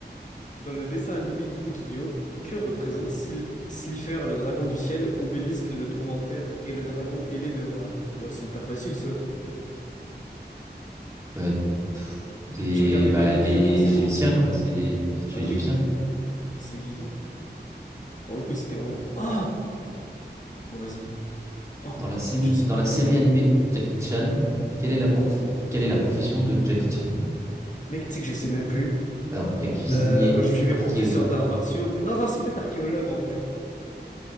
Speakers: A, on the left (about 45°); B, on the right (about 15°).
A: Dans le dessin animé Yu-Gi-Oh! Que représente Sil- Slifer, le dragon du ciel, Obélisque, le tourmentaire et le dragon ailé de rat? Bon, c'est hyper facile ça.
B: Euh, pff, des,
A: Je regardais
B: bah,
A: pas Yu-Gi-Oh!
B: les
A: forcément.
B: Égyptiens,
A: hein.
B: quoi, c'est les, les
A: Bah
B: tués égyptiens.
A: oui, c'est c'est évident. Pour le coup, c'était vraiment. Oh! Bon, vas-y. Oh, mais
B: Dans la, cin-
A: je sais
B: dans
A: pas.
B: la série animée Jackie Chan, quelle est la prof- quelle est la profession de Jackie Chan?
A: Mec, tu sais que je sais même plus.
B: Alors, il y a cuisinier,
A: Euh, moi, je dirais
B: archéologue.
A: professeur d'arts martiaux, mais non, non, c'est peut-être archéologue en vrai.